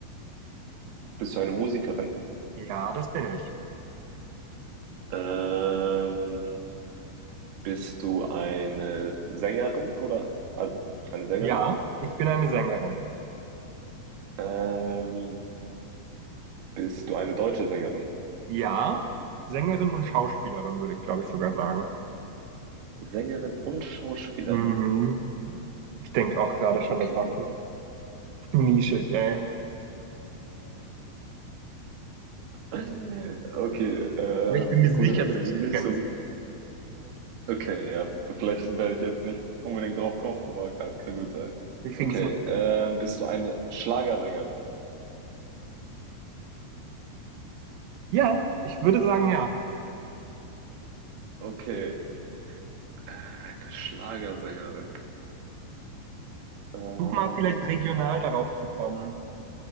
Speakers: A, on the right; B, on the right.
A: Bist du eine Musikerin?
B: Ja, das bin ich.
A: Ähm, bist du eine Sängerin oder also eine Sängerin?
B: Ja, ich bin eine Sängerin.
A: Ähm, bist du eine deutsche Sängerin?
B: Ja, Sängerin und Schauspielerin, würde ich, glaube ich, sogar sagen.
A: Sängerin und Schauspielerin.
B: Mhm. Ich denke auch gerade schon,
A: Okay.
B: das war zu
A: <laughs>
B: zu nischig, ey.
A: Okay, ähm,
B: Aber ich bin mir sicher,
A: gut, dass
B: dass
A: du
B: du
A: mich
B: sie
A: nicht
B: kennst.
A: so Okay, ja, vielleicht werde ich jetzt nicht unbedingt drauf kommen, aber kann, kann gut sein.
B: Wir kriegen
A: Okay,
B: es hin.
A: ähm, bist du eine Schlagersängerin?
B: Ja, ich würde sagen, ja.
A: Okay, äh, eine Schlagersängerin. Ähm,
B: Versuch mal vielleicht regional darauf zu kommen.